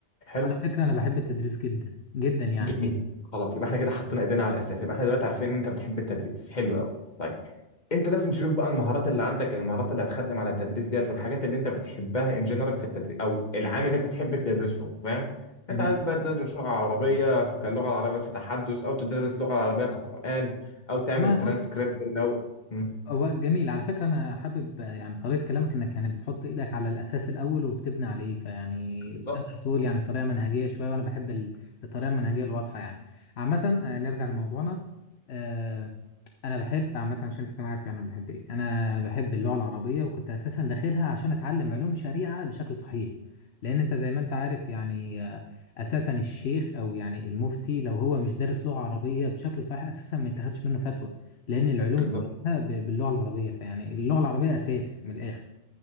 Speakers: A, on the left; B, on the left.
A: حلو
B: على فكرة أنا بحب التدريس جدا جدا يعني
A: جميل خلاص يبقى احنا كده حطينا ايدينا على الاساس يبقى احنا دلوقتي عارفين ان انت بتحب التدريس حلو قوي طيب انت لازم تشوف بقى المهارات اللي عندك المهارات اللي هتخدم على التدريس ديت والحاجات اللي انت بتحبها ان جنرال في التدريس او العام اللي انت بتحب تدرسه فاهم انت
B: جميل
A: عايز بقى تدرس لغه عربيه كاللغه العربيه بس تحدث او تدرس لغه عربيه كقران او تعمل
B: والله
A: الترانسكريبت
B: بص
A: اللي هو مم.
B: هو جميل على فكرة أنا حابب آه، يعني طريقة كلامك إنك يعني بتحط إيدك على الأساس الأول وبتبني عليه فيعني
A: بالظبط
B: تقدر تقول يعني طريقة منهجية شوية وأنا بحب ال- الطريقة المنهجية الواضحة يعني عامة آه، نرجع لموضوعنا آه، انا بحب عامه عشان تكون عارف يعني انا بحب ايه انا بحب اللغه العربيه وكنت اساسا داخلها عشان اتعلم علوم شريعه بشكل صحيح لان انت زي ما انت عارف يعني آه، اساسا الشيخ او يعني المفتي لو هو مش دارس لغه عربيه بشكل صحيح اساسا ما يتاخدش منه فتوى لان العلوم
A: بالظبط
B: كلها ب- باللغه العربيه فيعني اللغه العربيه اساس من الاخر